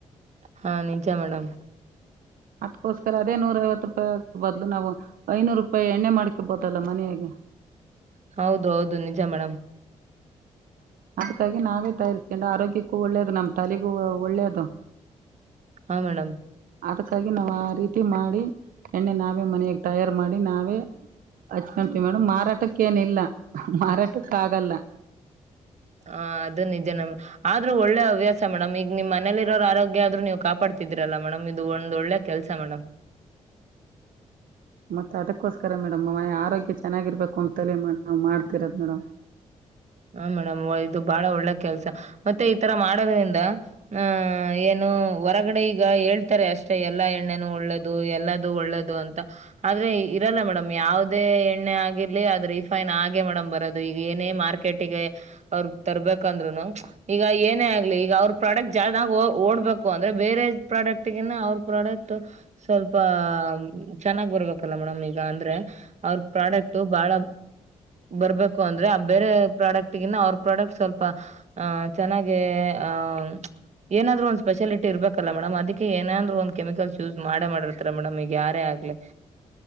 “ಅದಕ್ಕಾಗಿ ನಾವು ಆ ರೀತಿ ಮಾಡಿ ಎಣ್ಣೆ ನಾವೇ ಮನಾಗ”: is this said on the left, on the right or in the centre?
Right